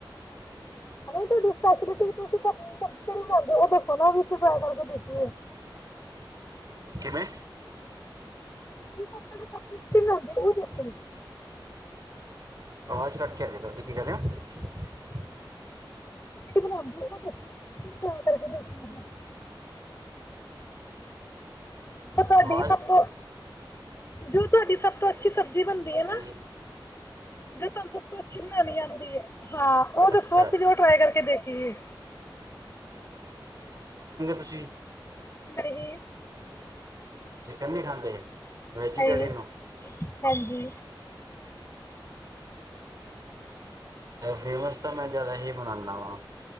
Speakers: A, on the left (about 30°); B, on the right (about 45°).
A: ਅੱਛਾ ਨਹੀਂ ਤੁਹਾਡੀ ਸਪੈਸ਼ਲੀਟੀ ਕਿ ਤੁਸੀਂ ਥ-ਥ- ਥੋੜੀ ਵੋ ਔ ਦਸੋ ਹਨਾ ਵਿਚੋ ਜੈ ਕਰਕੇ ਦੇਖੀ ਏ।
B: ਕਿਵੇਂ?
A: ਤੁਸੀਂ ਸਭ ਤੋਂ ਸਬਜ਼ੀ ਕਿਹੜੀ ਬਣਾਉਂਦੇ ਹੋ ਉਹ ਦੱਸੋ
B: ਆਵਾਜ਼ ਕੱਟ ਕੇ ਆ ਰੀ ਏ ਤੁਹਾਡੀ, ਕੀ ਕਹਿ ਰੇ ਔ?
A: ਜੇੜੀ ਬਣਾਂਦੀ ਏ ਔ ਦਸੋ, ਫੋਨ ਕਰਕੇ ਦੱਸਣਾ <inaudible> ਤਾਂ ਤੁਹਾਡੀ
B: ਆਵਾਜ਼
A: ਸਭ ਤੋ ਜੋ ਤੁਹਾਡੀ ਸਭ ਤੋਂ ਅੱਛੀ ਸਬ ਜੀ ਬਣਦੀ ਏ
B: ਹਾਂਜੀ
A: ਨਾ ਜੋ ਤੁਹਾਨੂੰ ਸਭ ਤੋਂ ਅੱਛੀ ਬਨਾਣੀ ਆਂਦੀ ਏ। ਹਾਂ, ਔਹ ਦੱਸੋ
B: ਅੱਛਾ
A: ਅਸੀਂ ਵੀ ਔਹ ਟਰਾਈ ਕਰਕੇ ਦੇਖ ਠੀਅ
B: ਖੁਸੀ
A: ਨਹੀਂ
B: ਚਿਕਨੀ ਖਾਂਦੇ ਵੈਜੀਟੇਰੀਅਨ
A: ਹ
B: ਹੋ
A: ਹਾਂਜੀ
B: ਫੇਮਸ ਤਾਂ ਮੈਂ ਜ਼ਿਆਦਾ ਹੀ ਬਣਾਉਂਦਾ ਵਾਂ